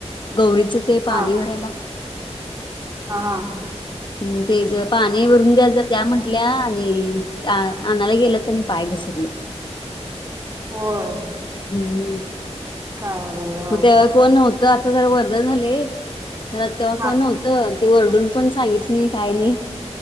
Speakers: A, on the left; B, on the right.
A: गौरीचं ते
B: हा
A: पाणी भरायला
B: हा हा.
A: हम्म ते ज पाणी भरून द्या जर द्या म्हंटल्या आणि आणायला गेल्यात त्यांनी पाय घसरलं.
B: होय.
A: हम्म हम्म.
B: काय ग?
A: मग तेव्हा कोण नव्हतं, आता जरा वर्दळ झाले खरं तेव्हा
B: हा
A: कोण नव्हतं. ती ओरडून पण सांगितली नाही काय नाही,